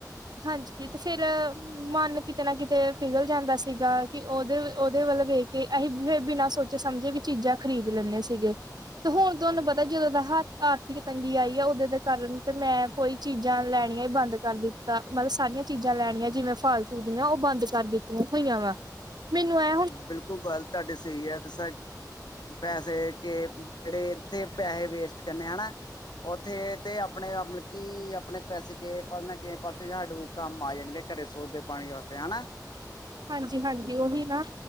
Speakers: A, on the right; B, on the left.
A: ਹਾਂਜੀ, ਤੇ ਫਿਰ ਮਨ ਕਿਤੇ ਨਾ ਕਿਤੇ ਪਿਘਲ ਜਾਂਦਾ ਸੀਗਾ ਕੀ ਓਦੇ-ਓਦੇ ਵੱਲ ਵੇਖ ਕੇ ਅਸੀਂ ਫਿਰ ਬਿਨਾਂ ਸੋਚ ਸੋਚੇ ਸਮਝੇ ਵੀ ਚੀਜ਼ਾਂ ਖਰੀਦ ਲੈਂਦੇ ਸੀਗੇ, ਤੇ ਹੁਨ ਤੁਆਨੂੰ ਪਤਾ ਜਦੋਂ ਦਾ ਹੱਥ ਆਰਥਿਕ ਤੰਗੀ ਆਈ ਆ, ਓਦੋਂ ਦੇ ਕਾਰਨ ਤੇ ਮੈਂ ਕੋਈ ਚੀਜ਼ਾਂ ਲੈਨੀਆਂ ਈ ਬੰਦ ਕਰ ਦਿੱਤੀ ਤਾਂ ਮਤਲਬ, ਸਾਰੀਆਂ ਚੀਜ਼ਾਂ ਲੈਨੀਆਂ ਜਿਵੇਂ ਫਾਲਤੂ ਦੀਆਂ ਓ ਬੰਦ ਕਰ ਦਿੱਤੀਆਂ ਹੋਈਆਂ ਵਾ। ਮੈਨੂੰ ਐ
B: ਬਿਲਕੁਲ ਗੱਲ ਤੁਆਡੀ ਸਈ ਐ, ਦੱਸਾਂ ਪੈਸੇ ਕੇ ਜੇੜੇ ਏਥੇ ਪੈਸੇ ਵੇਸਟ ਕਰਨੇ ਹਨਾ। ਓਥੇ ਤੇ ਆਪਨੇ ਮਤਲਬ ਕੀ ਆਪਨੇ ਪੈਸੇ ਕੇ ਪਾਸੇ ਕਿਵੇਂ ਪਾਸੇ ਝਾਡੁੰ ਕੰਮ ਆ ਜਾਨਗੇ ਘਰੇ ਸੋਦੇ ਪਾਨੀ ਵਾਸਤੇ ਹਨਾ।
A: ਹਾਂਜੀ-ਹਾਂਜੀ ਓਹੀ ਨਾ।